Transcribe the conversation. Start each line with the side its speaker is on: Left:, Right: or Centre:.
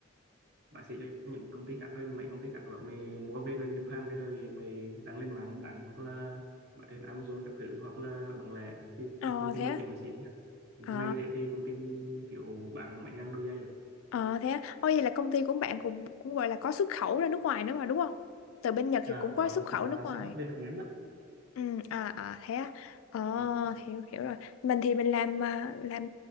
Right: bạn xỉ cho những công ty khác rồi mấy công ty khác rồi mày mua về rồi nhập hàng về rồi mày đăng lên mạng bạn hoặc là bạn trên Amazon các thứ hoặc là bằng lẻ thì
Left: ờ
Right: công ty
Left: thế
Right: mình
Left: á.
Right: chỉ bằng xỉ thôi. một
Left: ờ
Right: ngày thế thì công ty mình kiểu bạn mấy ngàn đôi giày là
Left: ờ thế á. ôi vậy là công ty của bạn cũng cũng gọi là có xuất khẩu ra nước ngoài nữa mà đúng không từ bên Nhật thì
Right: à,
Left: cũng
Right: có
Left: có xuất khẩu
Right: à,
Left: nước ngoài
Right: sản xuất về Việt Nam đó
Left: Ừ, à à thế à ờ
Right: ừ.
Left: hiểu hiểu rồi mình thì mình làm à, làm